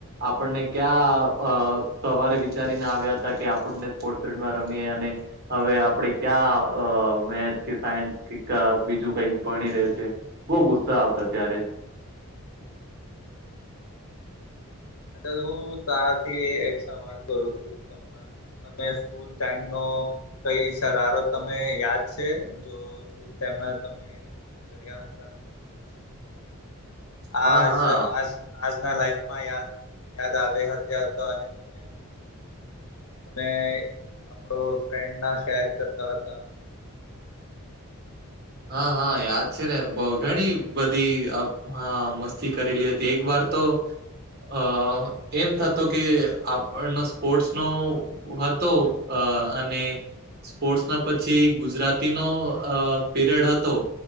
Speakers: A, on the right; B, on the left.
A: આપણને ક્યાં સવારે વિચારીને આવ્યા હતા કે આપણને સ્ર્ટ ફડમાં રમીએ અને હવે આપડે ક્યાં મેથ્સ કે સાયન્સ કે બીજું કઈક ભણી રહ્યું છે બહુ ગુસ્સા આવતા ત્યારે
B: ચ અ હું તારાથી એક સવાલ કરું છું તમે સ્કૂલ ટાઈમ નો કઈ સહારો તમે યાદ છે જો સ્કૂલ ટાઈમમાં તમે કર્યા હતા આજ
A: હા હા
B: આ આજના લાઈફ માં યાદ યાદ આવે હતા અને તમે તમે આપણો ફ્રેન્ડ ના શેર કરતા હતા
A: હા હા યાદ છે ને ઘણી બધી હા મસ્તી કરેલી હતી એક વાર તો અ એમ થતો કે આપણનો સ્પોર્ટસ નો હતો અ અને સ્પોર્ટ્સ ના પછી ગુજરાતીનોો અ પીરિયડ હતો